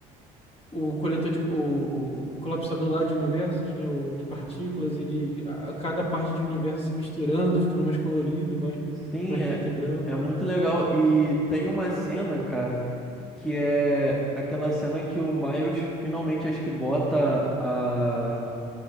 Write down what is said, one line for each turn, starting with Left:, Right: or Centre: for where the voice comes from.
Left: o coletor de o colapsador lá de universos, né, o de partículas, ele a cada parte de universo se misturando, ficando mais colorido, mais
Centre: Sim,
Left: mais
Centre: é,
Left: preto e branco.
Centre: é muito legal. E tem uma cena, cara, que é aquela cena que o Miles finalmente acho que bota a